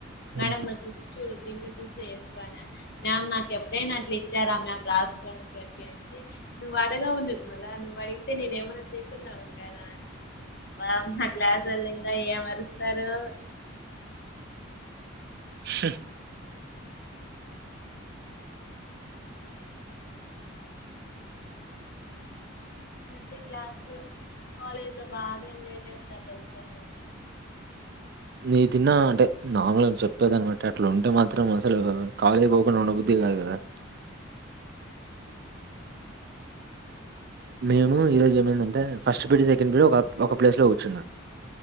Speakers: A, on the left; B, on the right.
A: మేడం
B: ఉమ్.
A: వచ్చేసి చూడు దీంట్లో చూసి ఏస్కో అనా మ్యామ్ నాకు ఎప్పుడైనా అట్లా ఇచ్చారా మ్యామ్ రాసుకోఅని చెప్పి అంటే నువ్ పడగా ఉన్ మలా నువ్వు అడిగితే నేను ఏమనా చేయకుండా ఉంటానా అంటే వా మా క్లాస్ ల్ తయ ఎమరుస్తారో
B: ష్
A: అంతే క్లాస్లొ కాలేజ్ లో బాగా ఎంజాయ్ చేస్తారు తెలుసా. నేను
B: నీ తిన్నా అంటే నార్మల్ గా చెప్పేదనమట్టి అట్లా ఉంటే మాత్రం అసలు కాలేజీ పోకుండా ఉండబుదద్ధి కాదు కదా. మేము ఈరోజు ఏమైందంటే ఫస్ట్ పీరిడి సెకండ్ పీరిడి ఒక్ ఒక ప్లేస్ లో కూర్చున్నా.